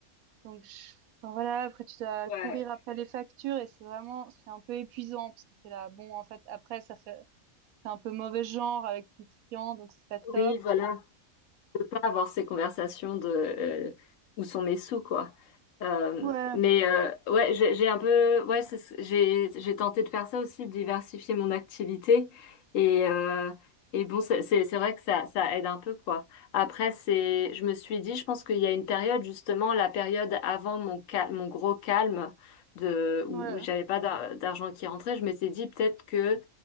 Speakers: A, on the right; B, on the left.
A: donc, je- enfin, voilà, après, tu dois
B: ouais.
A: courir après les factures et c'est vraiment, c'est un peu épuisant parce que t'es là, bon, en fait, après, ça fait, c'est un peu mauvais genre avec tes clients, donc c'est pas top.
B: Oui, voilà.
A: tu
B: avoir ces conversations de euh, où sont mes sous, quoi. Euh,
A: vois.
B: mais euh, ouais, j'ai j'ai un peu, ouais, c'est ce- j'ai j'ai tenté de faire ça aussi, de diversifier mon activité. Et euh, et bon, c'est c'est c'est vrai que ça ça aide un peu, quoi. Après, c'est, je me suis dit, je pense qu'il y a une période justement, la période avant mon cal mon gros calme de
A: Ouais,
B: où, où
A: ouais.
B: j'avais pas d'ar- d'argent qui rentrait, je m'étais dit peut-être que